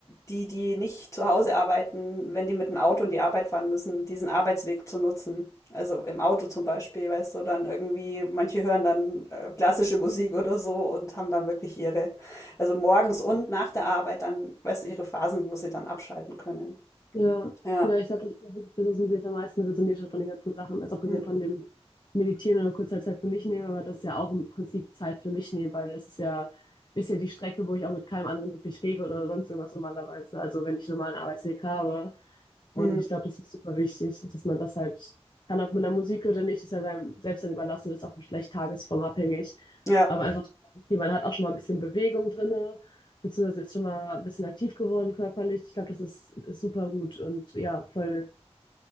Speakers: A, on the left; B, on the left.
A: die, die nicht zu Hause arbeiten, wenn die mit dem Auto in die Arbeit fahren müssen, diesen Arbeitsweg zu nutzen. Also im Auto zum Beispiel, weißt du, dann irgendwie, manche hören dann äh, klassische Musik oder so und haben dann wirklich ihre, also morgens und nach der Arbeit dann, weißt du, ihre Phasen, wo sie dann abschalten können.
B: Ja,
A: Ja.
B: ja, ich glaube, das ist auch wirklich das, was mit mir jetzt am meisten resoniert hat von den ganzen Sachen. Also abgesehen
A: Hm.
B: von dem Meditieren oder kurzer Zeit für mich nehmen, aber das ist ja auch im Prinzip Zeit für mich nehmen, weil es ist ja, ist ja die Strecke, wo ich auch mit keinem anderen wirklich rede oder sonst irgendwas normalerweise. Also wenn ich einen normalen Arbeitsweg habe. Und
A: Hm.
B: ich glaube, das ist super wichtig, dass man das halt kann, ob man da Musik hört oder nicht, ist ja seinem selbst dann überlassen, das ist auch vielleicht tagesformabhängig.
A: Ja.
B: Aber einfach, okay, man hat auch schon mal ein bisschen Bewegung drin beziehungsweise ist schon mal ein bisschen aktiv geworden körperlich. Ich glaube, das ist, ist super gut und ja, voll